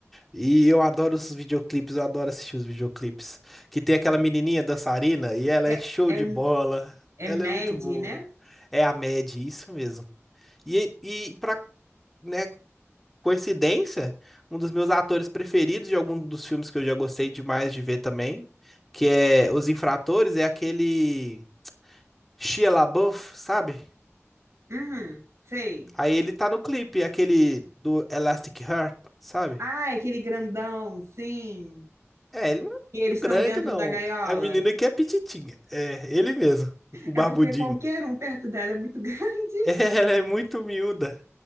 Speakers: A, in the centre; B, on the right.
A: E eu adoro os videoclipes, eu adoro assistir os videoclipes. Que tem aquela menininha dançarina e ela
B: É,
A: é show
B: é
A: de bola.
B: É
A: Ela
B: Mad,
A: é muito boa.
B: né?
A: É a Mad, isso mesmo. E, e pra, né, coincidência, um dos meus atores preferidos de algum dos filmes que eu já gostei demais de ver também, que é Os Infratores, é aquele Shia LaBeouf, sabe?
B: Uhum, sei.
A: Aí ele tá no clipe, aquele do Elastic Heart, sabe?
B: Ah, é aquele grandão, sim.
A: É, ele não é
B: E
A: muito
B: eles estão
A: grande,
B: dentro
A: não.
B: da gaiola.
A: É A menina que é pititinha. É, ele mesmo, o barbudinho.
B: É porque qualquer um perto dela é muito <laughs> grande.
A: <laughs> Ela é muito miúda,